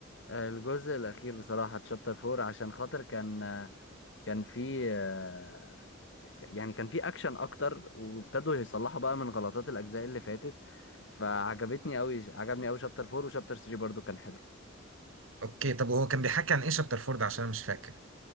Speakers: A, on the left; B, on the right.
A: آه، الجزء الاخير بصراحه تشابتر 4 عشان خاطر كان آه، كان في آه، يعني كان في اكشن اكتر وابتدوا يصلحوا بقى من غلطات الاجزاء اللي فاتت فعجبتني قوي عجبني قوي شابتر 4 وشابتر 3 برضو كان حلو
B: اوكي طب وهو كان بيحكي عن ايه شابتر فورد عشان انا مش فاكر